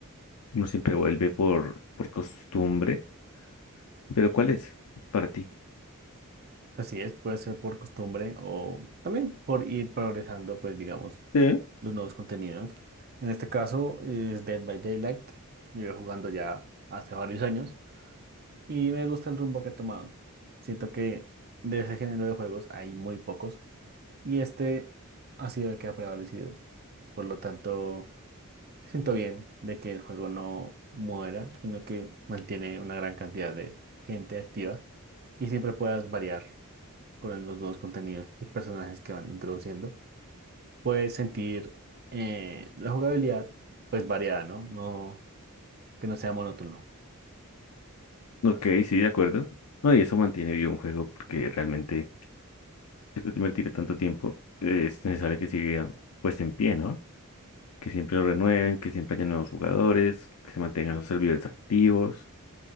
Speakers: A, on the left; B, on the right.
A: uno siempre vuelve por, por costumbre, pero ¿cuál es para ti?
B: Así es, puede ser por costumbre o también por ir progresando, pues digamos,
A: Sí.
B: los nuevos contenidos. En este caso es Dead by Daylight. llevo jugando ya hace varios años y me gusta el rumbo que ha tomado. Siento que de ese género de juegos hay muy pocos y este ha sido el que ha prevalecido. Por lo tanto, siento bien de que el juego no muera, sino que mantiene una gran cantidad de gente activa y siempre puedas variar con los nuevos contenidos y personajes que van introduciendo, puedes sentir eh, la jugabilidad pues variada, ¿no? No, que no sea monótono.
A: Ok, sí, de acuerdo. No, y eso mantiene vivo un juego porque realmente después de invertir tanto tiempo, eh, es necesario que siga pues en pie, ¿no? Que siempre lo renueven, que siempre haya nuevos jugadores, que se mantengan sus servidores activos.